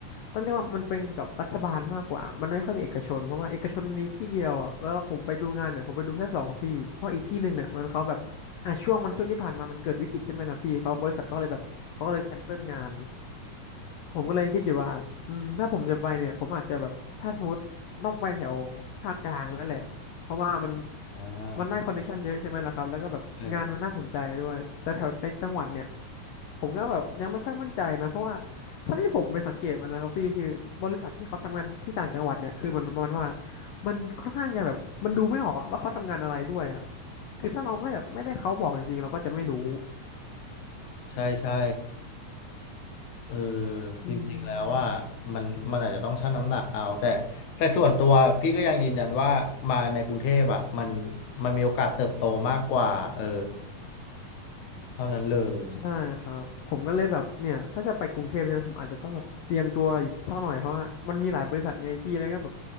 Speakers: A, on the left; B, on the left.
A: ต้องเรียกว่ามันเป็นเกี่ยวกับรัฐบาลมากกว่ามันไม่ค่อยมีเอกชนเพราะว่าเอกชนมีที่เดียวอะแล้วผมไปดูงานเนี่ยผมไปดูแค่สองที่เพราะอีกที่หนึ่งเนี่ยมันเขาแบบอ่ะช่วงมันช่วงที่ผ่านมามันเกิดวิกฤตใช่ไหมล่ะพี่เขาบริษัทเขาเลยแบบเขาก็เลยแคนเซิลงานผมก็เลยคิดอยู่ว่าอืมถ้าผมจะไปเนี่ยผมอาจจะแบบถ้าสมมติต้องไปแถวภาคกลางแล้วแหละเพราะว่ามัน
B: อ่า
A: มันได้คอนเนคชั่นเยอะใช่ไหมล่ะครับ แล้วก็แบบงานมันน่าสนใจด้วย
B: ใช่
A: แต่แถวในจังหวัดเนี่ยผมก็แบบยังไม่ค่อยมั่นใจนะเพราะว่าเท่าที่ผมไปสังเกตมานะครับพี่คือบริษัทที่เขาทำงานที่ต่างจังหวัดเนี่ยคือมันประมาณว่ามันค่อนข้างจะแบบมันดูไม่ออกอะว่าเขาทำงานอะไรด้วยอะคือถ้าเราไม่แบบไม่ได้เขาบอกจริงๆเราก็จะไม่รู้
B: ใช่ใช่ เออ
A: อื
B: จริงๆแล้วว่า
A: ม
B: มันมันอาจจะต้องชั่งน้ำหนักเอาแต่แต่ส่วนตัวพี่ก็ยังยืนยันว่ามาในกรุงเทพอ่ะมันมันมีโอกาสเติบโตมากกว่าเออเท่านั้นเลย
A: ใช่ครับผมก็เลยแบบเนี่ยถ้าจะไปกรุงเทพใช่ไหมผมอาจจะต้องแบบเตรียมตัวอีกสักหน่อยเพราะว่ามันมีหลายบริษัทไงพี่แล้วก็แบบ